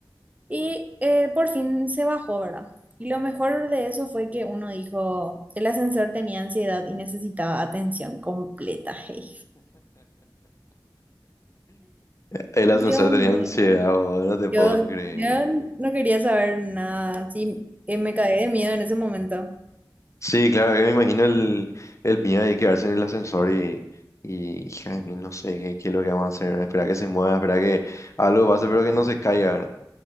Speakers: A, on the right; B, on the left.
A: Y eh, por fin se bajó, ¿verdad? Y lo mejor de eso fue que uno dijo, el ascensor tenía ansiedad y necesitaba atención completa, hey.
B: El ascensor
A: Dios
B: tenía
A: mío,
B: ansiedad, bo, no te puedo
A: yo,
B: creer.
A: yo no quería saber nada, sí, eh, me caí de miedo en ese momento.
B: Sí, claro, yo me imagino el, el miedo de quedarse en el ascensor y, y hija de mil, no sé qué, qué es lo que vamos a hacer, esperar que se mueva, esperar que algo pase, pero que no se caiga. ¿verdad?